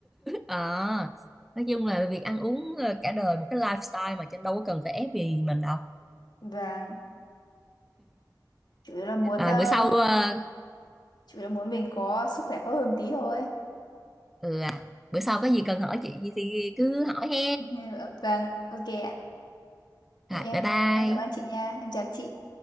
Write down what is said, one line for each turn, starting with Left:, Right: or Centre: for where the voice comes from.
Centre: à, nói chung là việc ăn uống ờ, cả đời một cái lifestyle mà trên đâu có cần phải ép gì mình đâu
Left: và chủ yếu là muốn
Centre: à,
Left: ờ,
Centre: bữa sau ờ,
Left: chủ là muốn mình có sức khỏe tốt hơn tí thôi
Centre: ừ à, bữa sau có gì cần hỏi chị gì thì cứ hỏi he
Left: <laughs> vâng ok ạ
Centre: rồi
Left: em
Centre: bye bye
Left: em cảm ơn chị nha em chào chị